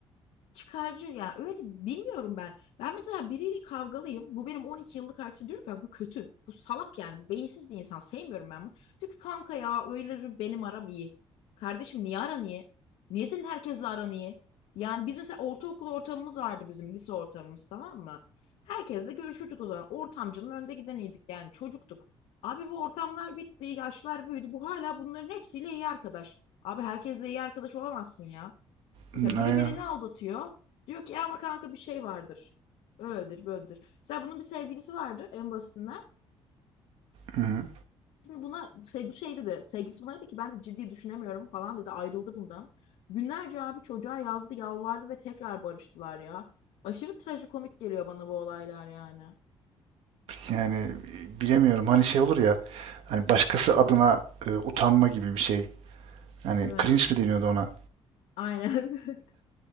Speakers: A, on the left; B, on the right.
A: çıkarcı yani öyle bilmiyorum ben. Ben mesela biriyle kavgalıyım. Bu benim 12 yıllık arkadaşım. Diyorum ki "Bak bu kötü. Bu salak yani. Bu beyinsiz bir insan. Sevmiyorum ben bunu. Diyor ki kanka ya öyle bir benim aram iyi. Kardeşim niye aran iyi? Niye senin herkesle aran iyi? Yani biz mesela ortaokul ortamımız vardı bizim lise ortamımız tamam mı? Herkesle görüşürdük o zaman. Ortamcının önde gideniydik yani çocuktuk. Abi bu ortamlar bitti, yaşlar büyüdü. Bu hala bunların hepsiyle iyi arkadaş. Abi herkesle iyi arkadaş olamazsın ya. Mesela
B: Hı,
A: biri
B: Aynen.
A: birini aldatıyor. Diyor ki ya ama kanka bir şey vardır. Öyledir, böyledir. Mesela bunun bir sevgilisi vardı en basitinden.
B: Hı hı.
A: Aslında buna şey, bu şey dedi. Sevgilisi buna dedi ki ben de ciddi düşünemiyorum falan dedi. Ayrıldı bundan. Günlerce abi çocuğa yazdı, yalvardı ve tekrar barıştılar ya. Aşırı trajikomik geliyor bana bu olaylar yani.
B: Yani bilemiyorum. Hani şey olur ya. Hani başkası adına e, utanma gibi bir şey. Hani
A: Evet.
B: cringe mi deniyordu ona?
A: Aynen. <laughs>